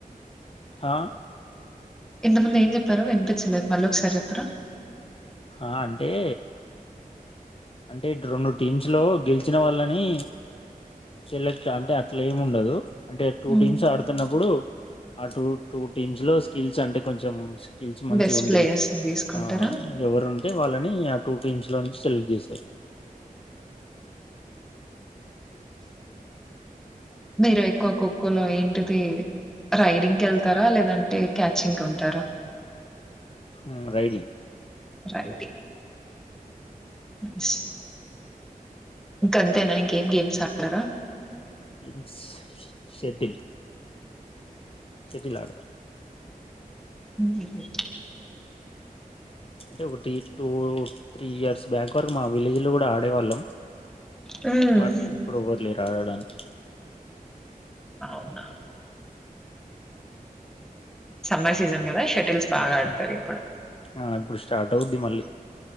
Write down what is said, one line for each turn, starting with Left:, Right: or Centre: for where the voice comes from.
Left: హా
Centre: ఇంత ముందు ఏం చెప్పారు వినిపించలేదు మళ్ళా ఒక సారి చెప్పరా.
Left: హ అంటే అంటే రెండు టీమ్స్ లో గెలిచిన వాళ్ళని సెలెక్ట్ అంటే అట్లా ఏమి ఉండదు, అంటే టూ
Centre: హ్మ్.
Left: టీమ్స్ ఆడుతున్నప్పుడు ఆ టూ టూ టీమ్స్ లో స్కిల్స్ అంటే కొంచెం స్కి స్కిల్స్ మంచి
Centre: బెస్ట్
Left: గుండి
Centre: ప్లేయర్స్‌ని దీసుకుంటారా?
Left: ఆ ఎవరు ఉంటే వాళ్ళని అ టూ టీమ్స్లో నుంచి సెలక్ట్ చేసి స
Centre: మీరు ఎక్కువ ఖోఖోలో ఏంటిది రైడింగ్కి ఎళ్తారా లేదంటే క్యాచింగ్ కి ఉంటారా.
Left: ఉమ్ రైడింగ్.
Centre: రైడింగ్ నైస్ ఇంక అంతేనా ఇంకేం గేమ్స్ ఆడార.
Left: గేమ్స్ షెటిల్ షెటిల్ ఆడతా
Centre: ఉమ్ హూ
Left: అంటే ఒకటి టూ త్రీ ఇయర్స్ బ్యాక్ వరకు మా విలేజ్ లోకూడా ఆడేవాళ్ళం
Centre: హ్మ్.
Left: బట్ ఇప్పుడెవ్వరు లేరు. ఆడడానికి
Centre: అవునా సమ్మర్ సీజన్ కదా షటిల్స్ బాగా ఆడుతారు. ఇప్పుడు
Left: ఆ ఇప్పుడు స్టార్ట్ అవుద్ది మళ్ళీ